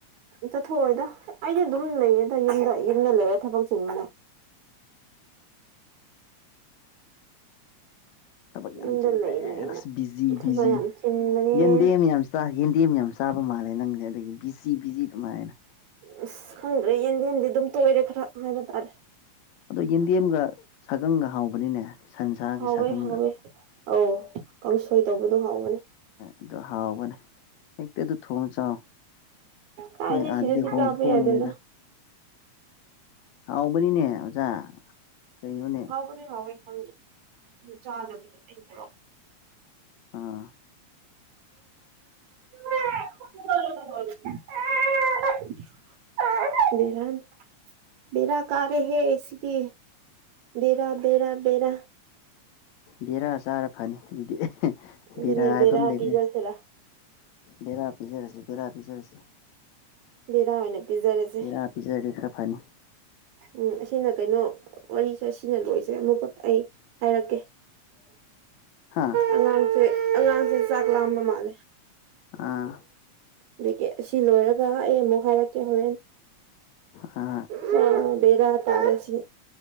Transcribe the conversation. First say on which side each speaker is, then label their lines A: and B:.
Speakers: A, on the right; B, on the left.
A: ꯆꯠꯊꯣꯛꯑꯣꯏꯗ ꯑꯩꯗꯤ ꯑꯗꯨꯝ ꯂꯩꯌꯦꯗ ꯌꯨꯝꯗ ꯌꯨꯝꯗ ꯂꯩꯔꯦ ꯊꯕꯛ ꯆꯤꯟꯕꯅꯦ
B: ꯊꯕꯛ ꯌꯥꯝ
A: ꯌꯨꯝꯗ
B: ꯆꯜꯂꯦ
A: ꯂꯩ ꯂꯩꯅ
B: ꯑꯁ ꯕꯤꯖꯤ
A: ꯊꯕꯛ
B: ꯕꯤꯖꯤ
A: ꯌꯥꯝ ꯆꯤꯟꯕꯅꯦ
B: ꯌꯦꯟꯗꯦ ꯃꯌꯥꯝ ꯆ ꯌꯦꯟꯗꯦꯝ ꯌꯥꯝ ꯆꯥꯕ ꯃꯥꯜꯂꯦ ꯅꯪꯁꯦ ꯑꯗꯒꯤ ꯕꯤꯖꯤ ꯕꯤꯖꯤ ꯑꯗꯨꯃꯥꯏꯅ
A: ꯑꯁ ꯈꯪꯗ꯭ꯔꯦ ꯌꯦꯟꯗꯦꯝꯗꯤ ꯑꯗꯨꯝ ꯇꯣꯏꯔꯦ ꯈꯔ ꯍꯥꯏꯕ ꯇꯥꯔꯦ
B: ꯑꯗꯣ ꯌꯦꯟꯗꯦꯝꯒ ꯁꯥꯒꯪꯒ ꯍꯥꯎꯕꯅꯤꯅꯦ ꯁꯟꯁꯥꯒꯤ
A: ꯍꯥꯎꯋꯦ
B: ꯁꯥꯒꯪꯒ
A: ꯍꯥꯎꯋꯦ ꯑ ꯀꯥꯡꯁꯣꯏ ꯇꯧꯕꯗꯣ ꯍꯥꯎꯒꯅꯤ
B: ꯑꯗꯨ ꯍꯥꯎꯕꯅꯦ ꯍꯦꯛꯇ ꯑꯗꯨ ꯊꯣꯉ ꯆꯥꯎ
A: ꯀꯥꯏꯗꯩ
B: ꯅ ꯑꯗꯤ
A: ꯁꯤꯗꯗꯤ
B: ꯍꯣꯡꯁꯨ
A: ꯆꯥꯕ
B: ꯍꯣꯡꯕꯅꯦꯗ
A: ꯌꯥꯗꯦꯗ
B: ꯍꯥꯎꯕꯅꯤꯅꯦ ꯑꯣꯖꯥ ꯀꯩꯅꯣꯅꯦ
A: ꯍꯥꯎꯕꯅꯦ ꯍꯥꯎꯋꯦ ꯈꯪ ꯆꯥꯗꯕꯗꯣ ꯂꯩꯗꯔꯛꯑꯣ
B: ꯑꯥ
A: <unintelligible> <unintelligible> ꯕꯦꯔ ꯀꯔꯦꯍꯦ ꯁꯤꯗꯤ ꯕꯦꯔꯥ ꯕꯦꯔꯥ ꯕꯦꯔꯥ
B: ꯕꯦꯔꯥ ꯆꯥꯔ ꯐꯅꯤ ꯑꯗꯨꯗꯤ
A: ꯑꯗꯨꯅꯦ
B: ꯕꯦꯔꯥ ꯍꯥꯏꯕ ꯑꯃ ꯂꯩꯕꯅꯦ
A: ꯄꯤꯖꯁꯤꯔꯥ
B: ꯕꯦꯔꯥ ꯄꯤꯖꯔꯁꯦ ꯕꯦꯔꯥ ꯄꯤꯖꯔꯁꯦ
A: ꯕꯦꯔꯥ ꯑꯣꯏꯅ ꯄꯤꯖꯥ ꯔꯁꯦ
B: ꯕꯦꯔꯥ ꯄꯤꯖꯔꯗꯤ ꯈꯔ ꯐꯅꯤ
A: ꯎꯝ ꯑꯁꯤꯅ ꯀꯩꯅꯣ ꯋꯥꯔꯤꯁꯦ ꯁꯤꯅ ꯂꯣꯏꯁꯦ ꯑꯃꯨꯛꯀ ꯑꯩ ꯍꯥꯏꯔꯛꯀꯦ
B: ꯍꯥꯥ
A: ꯑꯉꯥꯡꯁꯦ ꯑꯉꯥꯡꯁꯦ ꯆꯥꯛ ꯂꯥꯝꯕ ꯃꯥꯜꯂꯦ
B: ꯑꯥ
A: ꯑꯗꯒꯤ ꯑꯁꯤ ꯂꯣꯏꯔꯒ ꯑꯩ ꯑꯃꯨꯛ ꯍꯥꯏꯔꯛꯀꯦ ꯍꯣꯔꯦꯟ
B: ꯍꯥ
A: ꯈꯪꯗꯦꯗ ꯇꯧꯔꯤꯁꯤ